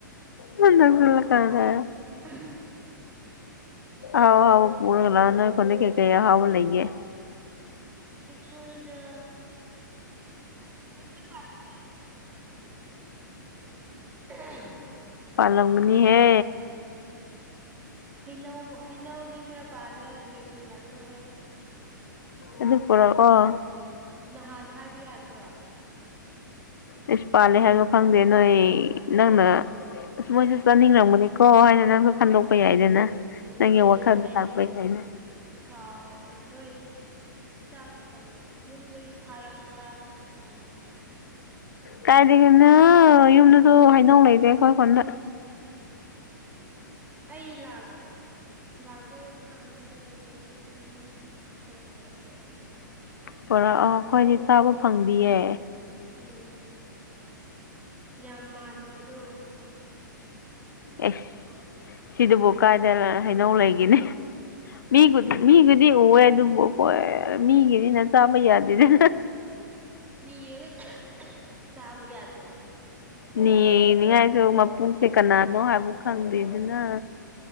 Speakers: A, on the left; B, on the right.
A: ꯍ ꯐꯂ ꯀꯗ
B: <inaudible>
A: ꯑꯣ ꯑ ꯄꯨꯔꯒ ꯂꯅ ꯀꯟꯅ ꯀꯦꯀ ꯍꯥꯎ ꯂꯩꯌꯦꯦ
B: ꯑꯩꯈꯣꯏꯗ ꯀꯩꯗ ꯄꯥꯗ ꯑ
A: ꯄꯥꯜꯂꯝꯂꯝꯒꯅꯤꯍꯦ
B: ꯍꯩꯅꯧ ꯍꯩꯅꯧꯗꯤ ꯈꯔ ꯄꯥꯜꯂꯦ ꯂꯣꯏꯁꯤꯜꯂꯒꯗꯧꯔꯦ
A: ꯑꯗꯨ ꯄꯨꯔꯛꯑꯣ
B: ꯅꯍꯥꯟ ꯍꯥꯏꯕ ꯌꯥꯗ꯭ꯔꯣ
A: ꯑꯩꯁ ꯄꯥꯜꯜꯂꯤꯦ ꯍꯥꯏꯅꯣ ꯈꯪꯗꯦ ꯅꯣꯏ ꯅꯪꯅ ꯃꯣꯏꯁꯨ ꯆꯥꯅꯤꯡꯔꯝꯒꯅꯤꯀꯣ ꯍꯥꯏꯅ ꯅꯪꯁꯨ ꯈꯟꯗꯣꯛꯄ ꯌꯥꯏꯗꯅ ꯅꯪꯒꯤ
B: ꯑꯩ
A: ꯋꯥꯈꯜꯗꯣ
B: ꯑꯩꯗꯤ
A: ꯂꯥꯛꯄ ꯌꯥꯏꯅꯦ
B: ꯀꯥꯎ ꯅꯣꯏ ꯆꯥꯕ ꯐꯪꯉꯤ ꯌꯨꯝꯗꯒꯤ ꯊꯥꯔꯛꯄ꯭ꯔꯥꯅ ꯇꯧꯕꯅꯤꯗ
A: ꯀꯥꯏꯗꯒꯦꯅ ꯌꯨꯝꯗꯁꯨ ꯍꯥꯏꯅꯧ ꯂꯩꯇꯦ ꯑꯩꯈꯣꯏ ꯀꯣꯟꯅ
B: ꯑꯩ ꯂꯥꯛ ꯂꯥꯛꯄ ꯀꯥꯟꯗ ꯂꯩꯔꯒꯗꯤ ꯈꯔ ꯄꯨꯔꯛꯀꯦ ꯑꯥ
A: ꯄꯨꯔꯥ ꯑꯥ ꯑꯩꯈꯣꯏꯗꯤ ꯆꯥꯕ ꯐꯪꯗꯤꯌꯦ
B: ꯎꯝ ꯌꯥꯝ ꯃꯥꯟꯗꯕꯗꯣ
A: ꯑꯦ ꯁꯤꯗꯨꯕꯨ ꯀꯥꯏꯗ ꯍꯩꯅꯧ ꯂꯩꯒꯅꯤ ꯃꯤ ꯃꯤ ꯗꯤ ꯎꯑꯦ ꯑꯗꯨꯝꯕꯨ ꯍꯣꯏ ꯃꯤꯒꯤꯅꯤꯅ ꯆꯥꯕ ꯌꯥꯗꯦꯗꯅ
B: ꯅꯤꯔꯒ ꯆꯥꯕ ꯌꯥꯗ꯭ꯔꯣ
A: ꯅꯤꯉꯥꯏꯁꯨ ꯃꯄꯨꯁꯦ ꯀꯅꯥꯅꯣ ꯍꯥꯏꯕ ꯈꯪꯗꯦꯗꯅ